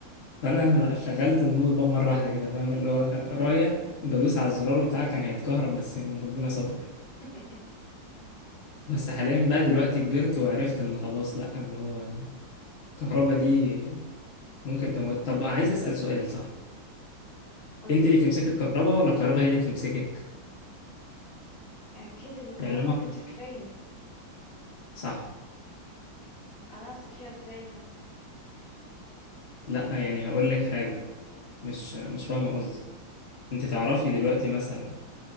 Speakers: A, on the left; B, on the left.
A: فانا شغلت النور بقى مره واحده كده فاهم اللي هو رايح بدوس على الزرار بتاعه كان هيتكهرب بس يعني ربنا ستر
B: <laughs>
A: بس حاليا بقى دلوقتي كبرت وعرفت ان خلاص لا اللي هو الكهرباء دي ممكن تموت طب عايز اسال سؤال صح
B: قولي
A: انت اللي بتمسكي الكهرباء ولا الكهرباء هي اللي بتمسكك
B: اكيد الكهرباء
A: يعني لما
B: هتمسك فيا
A: صح
B: انا همسك فيها ازاي يعني
A: لا يعني هقول لك حاجة مش مش فاهمة قصدي انت تعرفي دلوقتي مثلا